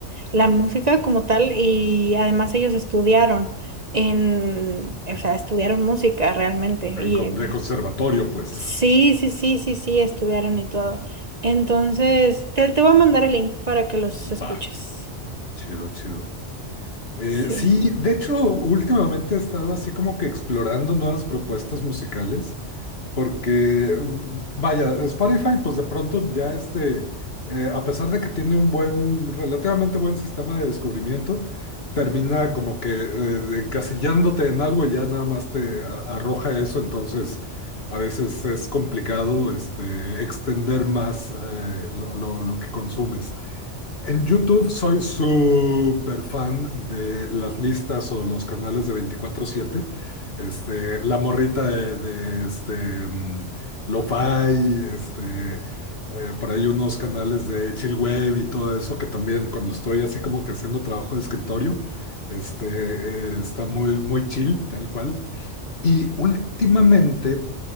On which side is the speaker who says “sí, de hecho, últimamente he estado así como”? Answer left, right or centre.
Left